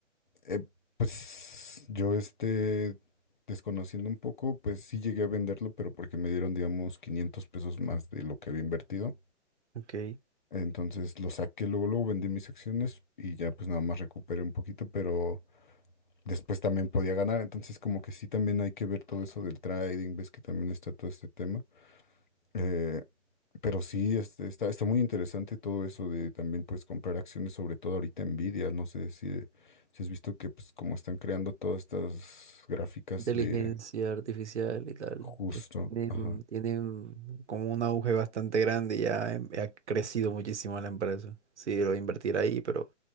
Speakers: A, on the left; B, on the right.
A: eh, pues yo este, desconociendo un poco, pues sí llegué a venderlo, pero porque me dieron, digamos, 500 pesos más de lo que había invertido.
B: Ok.
A: Entonces lo saqué, luego, luego vendí mis acciones y ya pues nada más recuperé un poquito, pero después también podía ganar. Entonces como que sí también hay que ver todo eso del trading, ves que también está todo este tema. Eh, Pero sí, este, está, está muy interesante todo eso de también pues comprar acciones, sobre todo ahorita Nvidia. No sé si, eh, si has visto que pues como están creando todas estas gráficas
B: inteligencia
A: de
B: artificial y tal,
A: justo,
B: que tienen,
A: ajá,
B: tienen Como un auge bastante grande y ya em- ha crecido muchísimo la empresa. Sí, lo voy a invertir ahí, pero